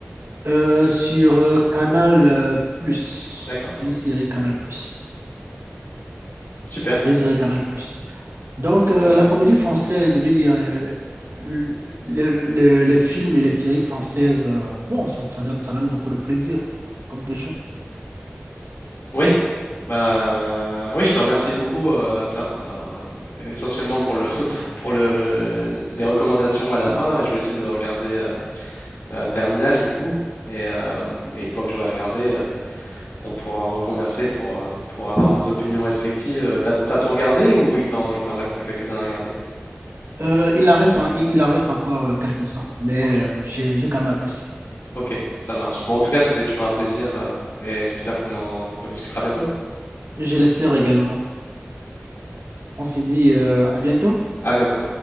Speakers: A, on the right; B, on the left.
A: Euh, sur euh, Canal euh, Plus,
B: D'accord.
A: c'est une série Canal Plus.
B: Super.
A: C'est une série Canal Plus. Donc, euh, la comédie française, je veux dire, euh, le- le- le- les films et les séries françaises, euh, bon, ça, ça donne, ça donne beaucoup de plaisir, comme toujours.
B: Oui. Bah, oui, je te remercie beaucoup, euh, cert- euh, essentiellement pour le, <laughs> pour le, le- les recommandations à la fin. Je vais essayer de regarder euh, euh, Terminal du coup. Et, euh, et une fois que j'aurai regardé, euh, on pourra reconverser pour, euh, pour avoir nos opinions respectives. Euh, T'as, t'as tout regardé ou il t'en, il t'en reste quelques-uns à regarder?
A: Euh, il en reste, en- il il en reste encore euh, quelques-uns, mais
B: Ok,
A: euh, j'ai j'ai quand même apprécié.
B: ok, ça marche. Bon, en tout cas, c'était toujours un plaisir euh, et j'espère qu'on en rediscutera bientôt.
A: Je l'espère également. On se dit euh, à bientôt.
B: À bientôt.